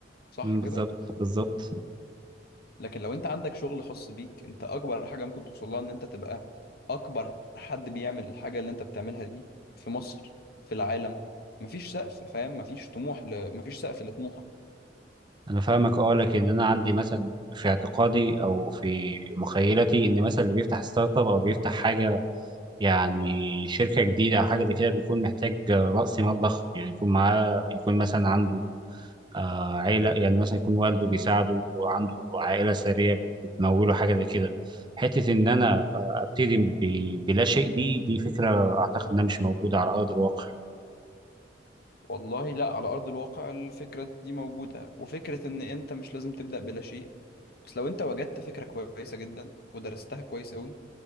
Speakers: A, on the left; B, on the right.
A: صح
B: مم،
A: كده
B: بالظبط بالظبط
A: لكن لو انت عندك شغل خاص بيك انت اكبر حاجه ممكن توصل لها ان انت تبقى اكبر حد بيعمل الحاجه اللي انت بتعملها دي في مصر في العالم مفيش سقف فاهم مفيش طموح ل... مفيش سقف لطموحك
B: انا فاهمك اه لكن انا عندي مثلا في اعتقادي او في مخيلتي ان مثلا اللي بيفتح ستارت اب او بيفتح حاجه يعني شركه جديده او حاجه زي كده بيكون محتاج آه، راس مال ضخم يعني يكون معاه يكون مثلا عنده آه، عيلة يعني مثلا يكون والده بيساعده وعنده عائلة ثرية بتموله حاجة زي كده حتة إن أنا آه، أبتدي ب- بلا شيء دي دي فكرة أعتقد إنها مش موجودة على أرض الواقع
A: والله لا على ارض الواقع الفكره دي موجوده وفكره ان انت مش لازم تبدا بلا شيء بس لو انت وجدت فكرة كويسة جدا ودرستها كويس قوي